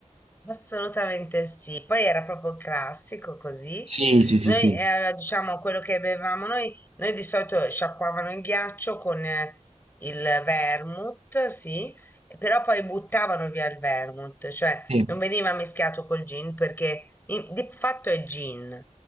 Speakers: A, on the left (about 15°); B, on the right (about 55°).
A: assolutamente sì. Poi era proprio classico così.
B: Sì, sì, sì,
A: Noi,
B: sì.
A: eh, diciamo, quello che bevevamo noi, noi di solito sciacquavano il ghiaccio con eh, il vermouth, sì, però poi buttavano via il vermouth, cioè
B: Sì.
A: non veniva mischiato col gin perché in- di fatto è gin,